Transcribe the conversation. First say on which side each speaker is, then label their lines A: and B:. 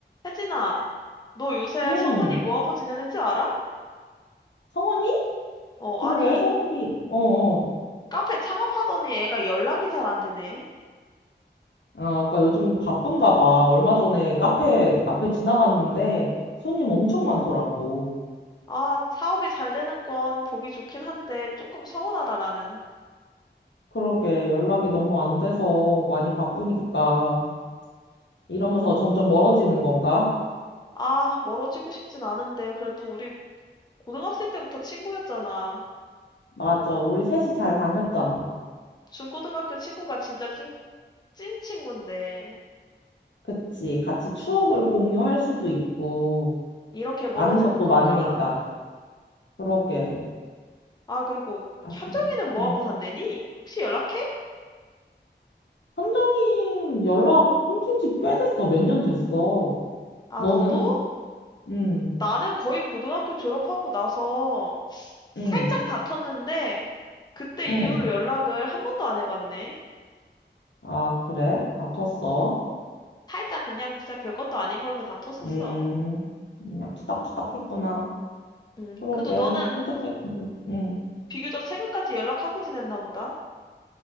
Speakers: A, on the left; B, on the left.
A: 혜진아, 너 요새
B: 응,
A: 성은이 뭐하고 지내는지 알아?
B: 성훈이?
A: 어,
B: 그러게,
A: 아니,
B: 성훈이, 어어.
A: 카페 창업하더니 애가 연락이 잘 안 되네.
B: 아, 그니까 요즘 바쁜가 봐. 얼마 전에 카페 앞에 지나갔는데 손님 엄청 많더라고.
A: 아, 사업이 잘 되는 건 보기 좋긴 한데 조금 서운하다, 나는.
B: 그러게, 연락이 너무 안 돼서 많이 바쁘니까. 이러면서 점점 멀어지는 건가?
A: 아, 멀어지고 싶진 않은데 그래도 우리 고등학생 때부터 친구였잖아.
B: 맞아, 우리 셋이 잘 다녔잖아.
A: 중고등학교 친구가 진짜 찐, 찐 친구인데
B: 그치, 같이 추억을 공유할 수도 있고,
A: 이렇게 멀어지는
B: 아는 것도
A: 건가?
B: 많으니까. 그러게,
A: 아, 그리고
B: 아쉽네.
A: 현정이는 뭐하고
B: 응.
A: 산대니? 혹시 연락해?
B: 선정인 연락 끊긴 지 꽤 됐어. 몇 년 됐어.
A: 아,
B: 너는?
A: 너도?
B: 응,
A: 나는 거의 고등학교 졸업하고 나서 살짝
B: 응,
A: 다퉜는데 그때
B: 응.
A: 이후로 연락을 한 번도 안 해봤네.
B: 아, 그래? 다퉜어?
A: 살짝 그냥 진짜 별것도 아닌 걸로 다퉜었어.
B: 음, 그냥 투닥투닥 했구나.
A: 음,
B: 그러게,
A: 그래도 너는
B: 현장에서도. 응,
A: 비교적 최근까지 연락하고 지냈나 보다.